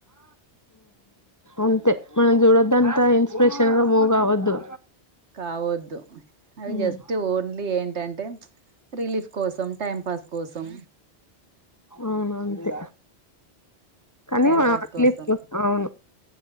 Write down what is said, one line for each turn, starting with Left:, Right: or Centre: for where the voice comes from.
Left: ఉంతే. మనం చూడొద్దంతా ఇన్స్పిరేషన్ గా మూవ్ కావద్దు.
Right: కావద్దు. అవి
Left: హ్మ్
Right: జస్ట్ ఓన్లీ ఏంటంటే, రిలీఫ్ కోసం టైం పాస్. కోసం.
Left: అవును అంతే. అవును.
Right: టైం పాస్ కోసం